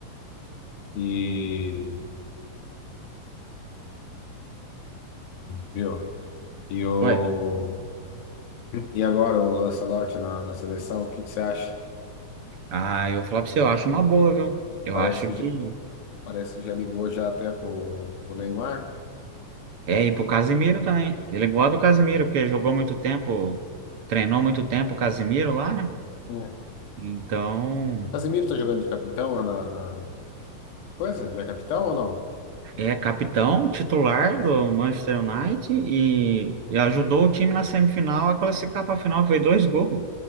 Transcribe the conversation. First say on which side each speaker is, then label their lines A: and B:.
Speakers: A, on the left; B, on the right.
A: E viu? E o
B: Ué,
A: e agora o Lancelotti na, na seleção, o que que você acha?
B: ah, eu vou falar pra você, eu acho uma boa, viu? Eu
A: Parece
B: acho
A: que
B: que
A: já, parece que já ligou já até pro, pro Neymar.
B: É, e pro Casimiro também. Ele é igual ao do Casimiro, porque jogou muito tempo, treinou muito tempo o Casimiro lá, né?
A: O
B: Então,
A: Casemiro tá jogando de capitão lá na, na coisa? Ele é capitão ou não?
B: é capitão titular do Manchester United e, e ajudou o time na semifinal a classificar para a final, foi dois gols.